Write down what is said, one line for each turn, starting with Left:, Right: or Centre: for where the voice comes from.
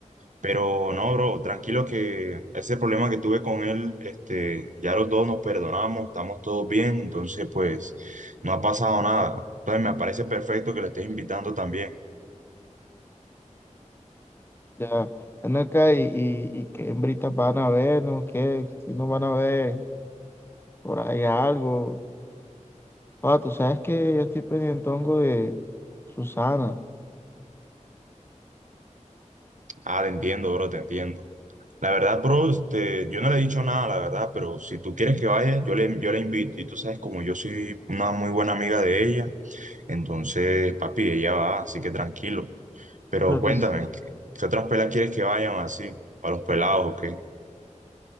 Right: Pero no, bro, tranquilo que ese problema que tuve con él, este, ya los dos nos perdonamos, estamos todos bien, entonces pues no ha pasado nada. Entonces me parece perfecto que lo estés invitando también.
Left: Ya, ven acá y, y, y qué hembritas van a ver, ¿no? ¿Qué? Si no van a ver por ahí algo. Ah, tú sabes que yo estoy pendiente hongo de Susana.
Right: Ah, te entiendo, bro, te entiendo. La verdad, bro, este, yo no le he dicho nada, la verdad, pero si tú quieres que vaya, yo le, yo la invito. Y tú sabes, como yo soy una muy buena amiga de ella. Entonces, papi, ella va, así que tranquilo. Pero
Left: Pero
Right: cuéntame,
Left: tú,
Right: ¿qué, qué otras pelas quieres que vayan así? ¿Para los pelados o qué?